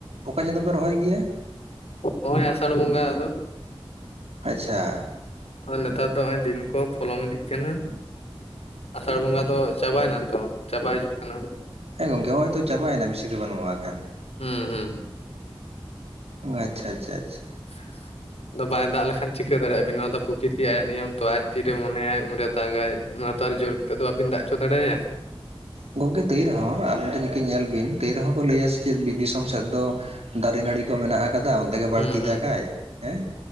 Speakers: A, on the right; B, on the left.
A: ᱚᱠᱟ ᱪᱟᱸᱫᱳ ᱯᱮ ᱨᱚᱦᱚᱭ ᱜᱮᱭᱟ?
B: ᱱᱚᱜᱼᱚᱭ ᱟᱥᱟᱲ ᱵᱚᱸᱜᱟ ᱟᱫᱚ
A: ᱟᱪᱪᱷᱟ
B: ᱱᱮᱛᱟᱨ ᱫᱚ ᱱᱚᱜᱼᱚᱭ ᱫᱤᱱ ᱠᱚ ᱯᱚᱞᱚᱢ ᱤᱫᱤᱜ ᱠᱟᱱᱟ ᱟᱥᱟᱲ ᱵᱚᱸᱜᱟ ᱫᱚ ᱪᱟᱵᱟᱭᱱᱟ ᱛᱚ ᱪᱟᱵᱟ ᱦᱤᱡᱩᱜ ᱠᱟᱱᱟ
A: ᱦᱮᱸ ᱜᱚᱝᱠᱮ ᱱᱚᱜᱼᱚᱭ ᱛᱚ ᱪᱟᱵᱟᱮᱱᱟ ᱵᱮᱥᱤ ᱫᱚ ᱵᱟᱹᱱᱩᱜᱼᱟ ᱮ ᱠᱷᱟᱱ
B: ᱦᱩᱸ ᱦᱩᱸ
A: ᱟᱪᱪᱷᱟ ᱟᱪᱪᱷᱟ ᱟᱪᱪᱷᱟ
B: <inaudible> ᱟᱫᱚ ᱵᱟᱭ ᱫᱟᱜ ᱞᱮᱠᱷᱟᱱ ᱪᱤᱠᱟᱹ ᱫᱟᱲᱮᱭᱟᱜᱼᱟ ᱵᱤᱱ ᱱᱚᱣᱟ ᱫᱚ ᱯᱨᱚᱠᱤᱛᱤ ᱟᱭᱟᱜ ᱱᱤᱭᱚᱢ ᱛᱚ ᱟᱡ ᱛᱤᱨᱮ ᱢᱚᱱᱮᱭᱟᱭ ᱩᱱᱨᱮ ᱫᱟᱜᱟᱭ ᱚᱱᱟ ᱛᱚ ᱟᱨ ᱡᱳᱨ ᱠᱟᱛᱮᱫ ᱫᱚ ᱵᱟᱵᱤᱱ ᱫᱟᱜ ᱚᱪᱚ ᱫᱟᱲᱮᱟᱭᱟ
A: ᱜᱚᱢᱠᱮ ᱛᱟᱹᱭ ᱨᱮᱦᱚᱸ ᱟᱵᱤᱱ ᱴᱮᱱ ᱠᱤᱱ ᱧᱮᱞ ᱵᱤᱱ ᱛᱟᱹᱭ ᱨᱮᱦᱚᱸ ᱠᱚ ᱞᱟᱹᱭᱟ ᱥᱮ ᱪᱮᱫ ᱫᱤᱥᱚᱢ ᱥᱮᱫ ᱫᱚ ᱫᱟᱨᱮ ᱱᱟᱹᱲᱤ ᱠᱚ ᱢᱮᱱᱟᱜ ᱟᱠᱟᱫᱟ ᱜᱮ ᱵᱟᱹᱲᱛᱤ
B: ᱦᱩᱸ
A: ᱫᱟᱜᱟᱭ
B: ᱦᱩᱸ
A: ᱦᱮᱸ